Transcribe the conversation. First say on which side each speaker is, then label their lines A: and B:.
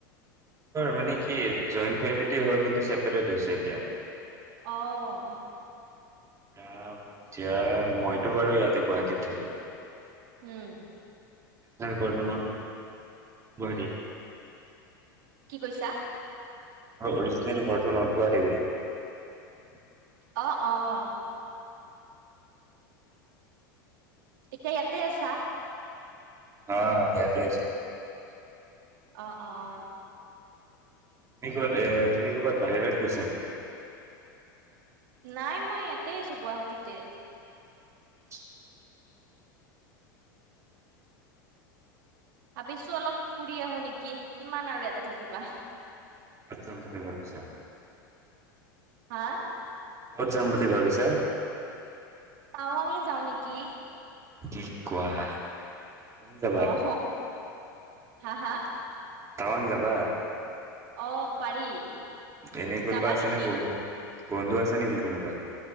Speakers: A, on the right; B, on the right.
A: মানে কি জইণ্ট ফেমিলি হয় কিন্তু ছেপাৰেট হৈছে এতিয়া।
B: অঁ
A: আঁহ য মইতো বাৰু ইয়াতে গুৱাহাটীত থাকো
B: উম।
A: তাৰ ঘৰনো গুৱাহাটীৰ ত
B: কি কৈছা?
A: অৰিজিনেল ঘৰটো নট গুৱাহাটীত বোলো।
B: অঁ অঁ। এতিয়া ইয়াতে আছা,
A: হাঁ ইয়াতেই আছো
B: অঁ অঁ
A: তুমি ক'ত এ তুমি ক'বাত বাহিৰত গৈছা নেকি?
B: নাই মই ইয়াতে আছো গুৱাহাটীতে।
A: <inaudible>
B: ভাবিছো অলপ ফুৰি আহো নেকি কিমান আৰু ইয়াতে থাকিবা।
A: আটচা ইয়াতে ভাবিছা।
B: হাঁ
A: ক যাম বুলি ভাবিছা
B: তাৱাংঙে যাওঁ নেকি?
A: কি কোৱা টাৱাং যাবা
B: আহ হা হা
A: তাৱাং যাবা
B: অ পাৰি
A: এনেই কোন
B: যাবা
A: প আছ
B: নেকি
A: নাই বি বন্ধু আছে নেকি কোনোবা।